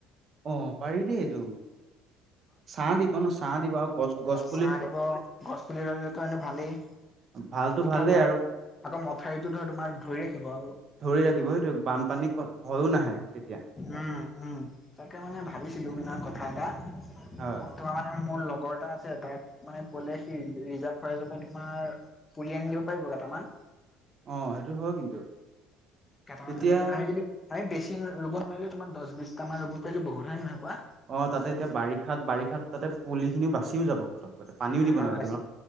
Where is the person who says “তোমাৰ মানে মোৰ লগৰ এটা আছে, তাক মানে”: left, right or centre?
Left